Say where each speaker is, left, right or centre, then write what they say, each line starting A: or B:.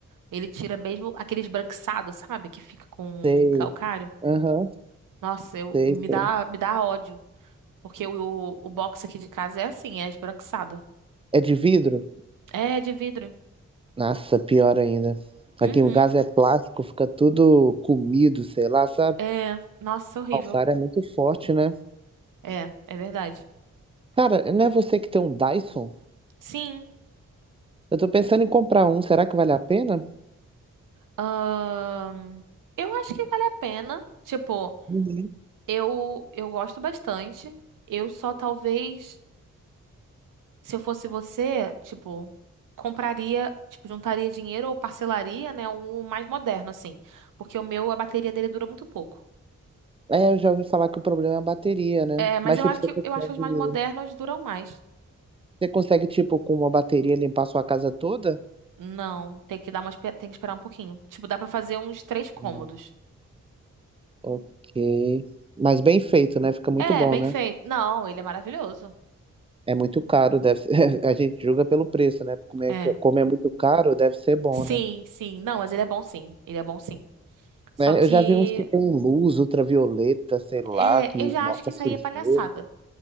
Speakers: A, on the right; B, on the right.
A: Ele tira mesmo aquele esbranquiçado, sabe? Que fica com
B: sei.
A: calcário.
B: Aham,
A: Nossa, eu,
B: sei,
A: me
B: sei.
A: dá, me dá ódio. Porque o, o box aqui de casa é assim, é esbranquiçado.
B: É de vidro?
A: É, de vidro.
B: Nossa, pior ainda.
A: Uhum.
B: Aqui em casa é plástico, fica tudo comido, sei lá, sabe?
A: É, nossa, horrível.
B: Ah, O cara é muito forte, né?
A: É, é verdade.
B: Cara, não é você que tem um Dyson?
A: Sim.
B: Eu tô pensando em comprar um, será que vale a pena?
A: ahn, eu acho que vale a pena. Tipo,
B: Uhum.
A: eu, eu gosto bastante. Eu só talvez. se eu fosse você, tipo, compraria, tipo, juntaria dinheiro ou parcelaria, né, um mais moderno assim, porque o meu a bateria dele dura muito pouco.
B: É, eu já ouvi falar que o problema é a bateria, né?
A: É, mas
B: Mas,
A: eu
B: tipo,
A: acho
B: você
A: que
B: consegue,
A: eu acho que os mais modernos duram mais.
B: você consegue, tipo, com uma bateria limpar a sua casa toda?
A: Não, tem que dar uma, espe- tem que esperar um pouquinho. Tipo, dá pra fazer uns três cômodos.
B: Não. Ok. Mas bem feito, né? Fica muito
A: É,
B: bom,
A: bem
B: né?
A: feito. Não, ele é maravilhoso.
B: É muito caro, deve ser... <laughs> A gente julga pelo preço, né? Como é,
A: É.
B: que- como é muito caro, deve ser bom,
A: Sim,
B: né?
A: sim. Não, mas ele é bom sim. Ele é bom sim. Só
B: né?
A: que
B: Eu já vi uns que tem luz ultravioleta, sei lá,
A: é,
B: que
A: eu já
B: mostra
A: acho que isso
B: sujeira
A: aí é palhaçada.